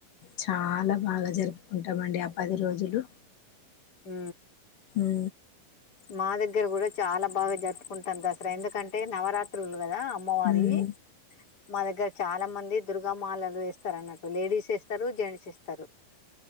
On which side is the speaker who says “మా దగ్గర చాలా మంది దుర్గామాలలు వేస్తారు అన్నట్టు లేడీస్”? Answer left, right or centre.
Left